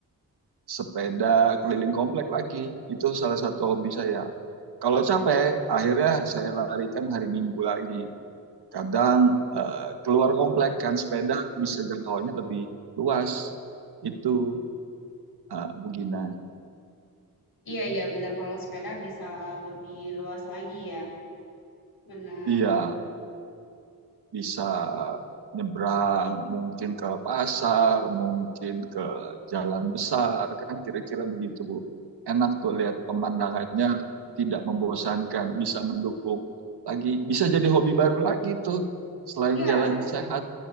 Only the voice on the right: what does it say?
sepeda keliling komplek lagi. Itu salah satu hobi saya. Kalau capek, akhirnya saya larikan hari Minggu lagi. Kadang eh, keluar komplek kan sepeda bisa jangkauannya lebih luas. Itu eh, Bugina.
Iya, bisa nyebrang, mungkin ke pasar, mungkin ke jalan besar, kan kira-kira begitu Bu. Enak tuh lihat pemandangannya, tidak membosankan, bisa mendukung. Lagi bisa jadi hobi baru lagi tuh selain
jalan sehat.